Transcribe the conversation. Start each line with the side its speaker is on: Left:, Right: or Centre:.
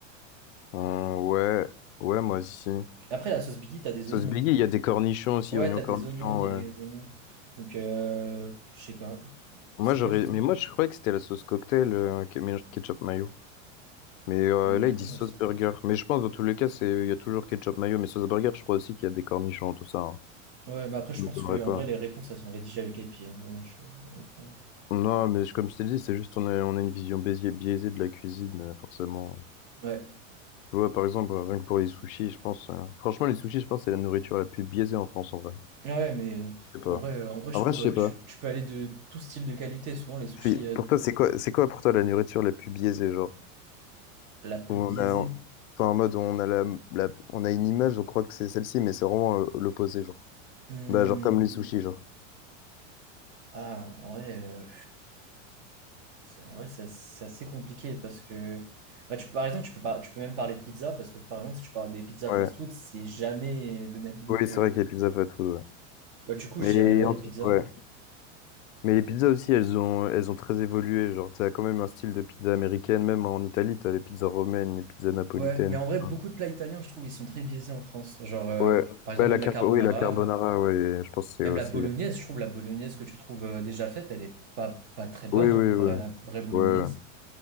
Left: Hum, ouais, ouais, moi aussi.
Right: Après, la sauce Biggie, t'as des
Left: Sauce
Right: oignons.
Left: Biggie, il y a des cornichons aussi,
Right: Ouais,
Left: oignons
Right: t'as
Left: cornichons,
Right: des oignons, t'as
Left: ouais.
Right: des oignons. Donc, euh, je sais pas.
Left: Moi,
Right: C'est
Left: j'aurais,
Right: quoi du coup?
Left: mais moi, je croyais que c'était la sauce cocktail, euh, qui mélange ketchup mayo. Mais euh,
Right: Hum,
Left: là,
Right: Du
Left: ils
Right: coup,
Left: disent
Right: je
Left: sauce
Right: je sais
Left: burger.
Right: pas.
Left: Mais je pense, dans tous les cas, c'est il y a toujours ketchup mayo. Mais sauce burger, je crois aussi qu'il y a des cornichons, tout ça. hein.
Right: Ouais, mais après, je
Left: Ça
Right: pense
Left: m'étonnerait
Right: que
Left: Ok.
Right: en
Left: pas.
Right: vrai, les réponses, elles sont rédigées avec les pieds. hein. Bon, je- honnêtement.
Left: Non, mais je- comme je t'ai dit, c'est juste on a, on a une vision baisi- biaisée de la cuisine, euh, forcément.
Right: Ouais.
Left: Tu vois, par exemple, rien que pour les sushis, je pense. euh, franchement, les sushis, je pense, c'est la nourriture la plus biaisée en France, en vrai.
Right: Ah Ouais, mais
Left: Je sais pas.
Right: en vrai, euh, en vrai, je
Left: En
Right: trouve
Left: vrai, je
Right: euh,
Left: sais pas.
Right: tu, tu peux aller de tout style de qualité. Souvent, les sushis
Left: C'est-
Right: euh,
Left: Pour toi, c'est quoi, c'est quoi pour toi la nourriture la plus biaisée, genre?
Right: la plus
Left: Où on
Right: biaisée.
Left: a, enfin, en mode, on a la, la- on a une image, je crois que c'est celle-ci, mais c'est vraiment euh, l'opposé, genre.
Right: Hmm,
Left: Bah, genre comme les sushis, genre.
Right: Ah, en vrai, euh, c'est en vrai, c'est assez c'est assez compliqué parce que bah, tu, peux- par exemple, tu peux pas, tu peux même parler de pizza parce que par exemple, si tu parles des pizzas
Left: Ouais.
Right: fast-food, c'est jamais le même goût
Left: Oui,
Right: que.
Left: c'est vrai que les pizzas fast food, ouais.
Right: Bah, du coup,
Left: Mais,
Right: je dirais ouais,
Left: en-
Right: les pizzas.
Left: ouais. Mais les pizzas aussi, elles ont, elles ont très évolué. Genre, t'as quand même un style de pizza américaine, même en Italie, t'as les pizzas romaines, les pizzas napolitaines,
Right: Ouais, mais en
Left: tout
Right: vrai, beaucoup
Left: ça.
Right: de plats italiens, je trouve, ils sont très biaisés en France. Genre, euh,
Left: Ouais,
Right: par exemple,
Left: ouais, la
Right: même
Left: car-
Right: la carbonara.
Left: oui, la carbonara,
Right: euh,
Left: ouais, je pense que c'est
Right: Même
Left: aussi.
Right: la bolognaise, je trouve la bolognaise que tu trouves euh, déjà faite, elle est pas, pas très bonne
Left: Oui, oui,
Right: hein, comparée
Left: oui. ouais.
Right: à la vraie bolognaise.
Left: Ouais.